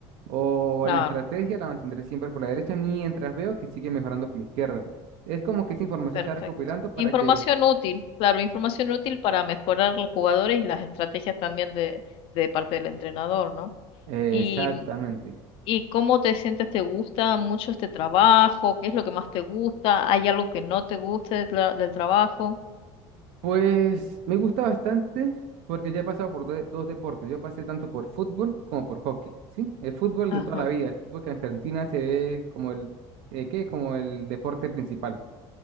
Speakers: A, on the right (about 70°); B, on the left (about 55°).
A: O
B: Claro,
A: en la estrategia la mantendré siempre por la derecha mientras veo que sigue mejorando por la izquierda. Es como que esa información
B: perfecto.
A: se va recopilando para
B: Información
A: que...
B: útil, claro, información útil para mejorar los jugadores y las estrategias también de, de parte del entrenador, ¿no?
A: Exactamente.
B: y ¿Y cómo te sientes? ¿Te gusta mucho este trabajo? ¿Qué es lo que más te gusta? ¿Hay algo que no te guste de tra- del trabajo?
A: Pues me gusta bastante porque ya he pasado por de- dos deportes. Yo pasé tanto por fútbol como por hockey, ¿sí? El fútbol
B: Ajá.
A: de toda la vida, el fútbol que en Argentina se ve como el, eh, ¿qué? Como el deporte principal.